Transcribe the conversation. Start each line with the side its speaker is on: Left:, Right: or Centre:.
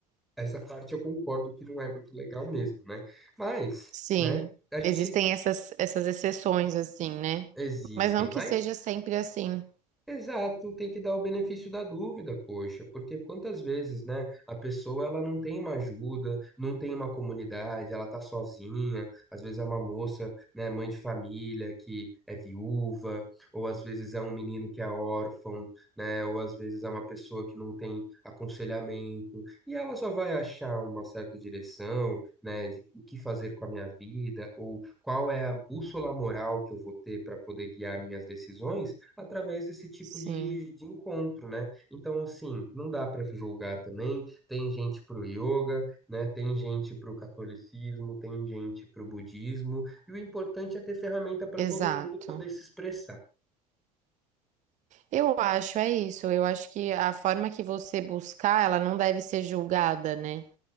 Centre: essa parte eu concordo que não é muito legal mesmo, né? Mas,
Right: sim.
Centre: né? A gente
Right: Existem essas, essas exceções, assim, né?
Centre: existem,
Right: Mas não que
Centre: mas
Right: seja sempre assim.
Centre: Exato, tem que dar o benefício da dúvida, poxa, porque quantas vezes, né, a pessoa ela não tem uma ajuda, não tem uma comunidade, ela tá sozinha, às vezes é uma moça, né, mãe de família que é viúva, ou às vezes é um menino que é órfão, né, ou às vezes é uma pessoa que não tem aconselhamento, e ela só vai achar uma certa direção, né, de o que fazer com a minha vida, ou qual é a bússola moral que eu vou ter para poder guiar minhas decisões através desse tipo
Right: Sim,
Centre: de, de encontro, né? Então, assim, não dá para julgar também. Tem gente pro yoga, né? Tem gente pro catolicismo, tem gente pro budismo, e o importante é ter ferramenta para
Right: exato.
Centre: todo mundo poder se expressar.
Right: Eu acho, é isso. Eu acho que a forma que você buscar, ela não deve ser julgada, né?